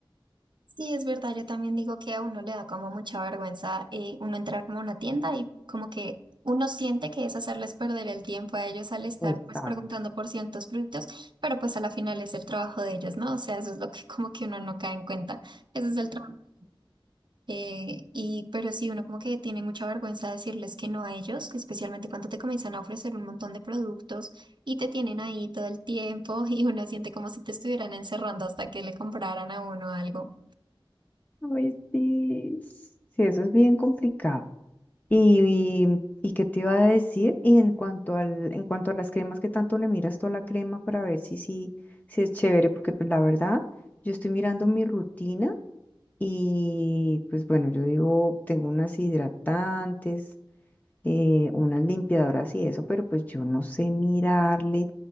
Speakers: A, on the right; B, on the left.
A: Sí, es verdad, yo también digo que a uno le da como mucha vergüenza eh, uno entrar como a una tienda y como que uno siente que es hacerles perder el tiempo a ellos al estar
B: Exacto.
A: pues preguntando por ciertos productos, pero pues a la final es el trabajo de ellos, ¿no? O sea, eso es lo que <laughs> como que uno no cae en cuenta, ese es el trabajo. Eh, y pero sí, uno como que tiene mucha vergüenza decirles que no a ellos, que especialmente cuando te comienzan a ofrecer un montón de productos y te tienen ahí todo el tiempo <laughs> y uno siente como si te estuvieran encerrando hasta que le compraran a uno algo.
B: Ay, sí. Sí, eso es bien complicado. Y, y qué te iba a decir? Y en cuanto al, en cuanto a las cremas, que tanto le miras tú a la crema para ver si, si, si es chévere? Porque pues la verdad, yo estoy mirando mi rutina y pues bueno, yo digo, tengo unas hidratantes, eh, unas limpiadoras y eso, pero pues yo no sé mirarle